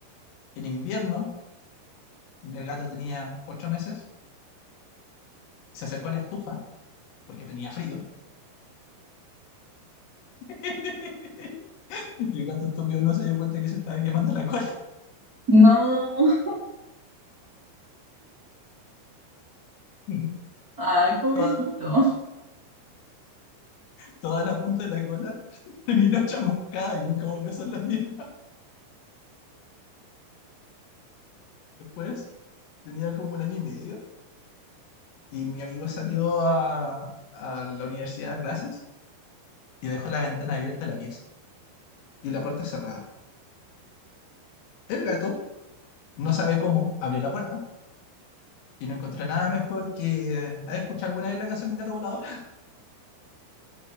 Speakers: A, on the left (about 85°); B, on the right (about 60°).
A: en invierno, el gato tenía ocho meses, se acercó a la estufa porque tenía frío. <laughs> Y el gato estúpido no se dio cuenta que se estaba quemando la cola.
B: No,
A: <laughs>
B: ay, pobrecito.
A: Toda, toda la punta de la cola <laughs> terminó chamuscada y nunca volvió a ser la misma. Después tenía como un año y medio Y mi amigo salió a, a la universidad a clases y dejó la ventana abierta de la pieza y la puerta cerrada. El gato, no sabe cómo, abrió la puerta y no encontró nada mejor que... ¿Has escuchado alguna vez la canción del gato volador?